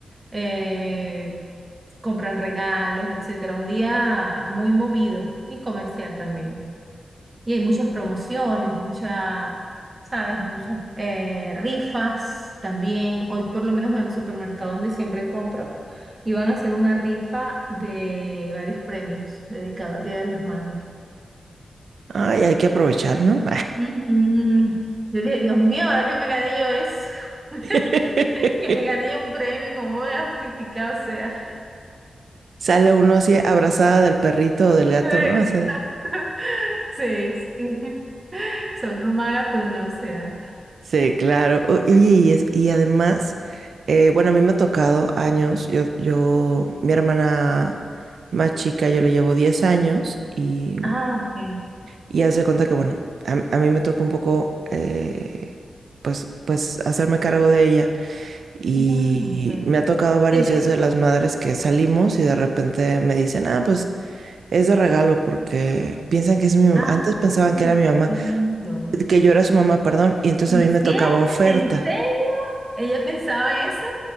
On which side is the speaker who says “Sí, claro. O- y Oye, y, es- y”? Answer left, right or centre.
Right